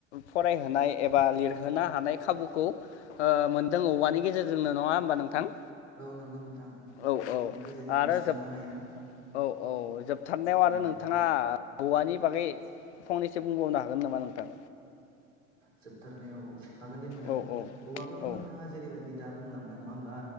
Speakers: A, on the left; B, on the right.
A: फरायहोनाय एबा लिरहोनो हानाय खाबुखौ ओ मोनदों औवानि गेजेरजोंनो नङा होमबा नोंथां
B: औ नंगौ नोंथां
A: औ
B: हौवानि
A: औ
B: गेजेरजोंनो
A: आरो
B: सुफुंनो
A: जोब
B: हायो
A: औ औ <unintelligible>
B: उम
A: आरो नोंथाङा औवानि बागै फंनैसो बुंबावनो हागोन नामा नोंथां
B: जोबथारनायाव औ हागोन दे नोंथां
A: औ औ
B: औवाखौथ'
A: औ
B: नोंथाङा जेरैबायदि दा बुंलांबाय नङा होमबा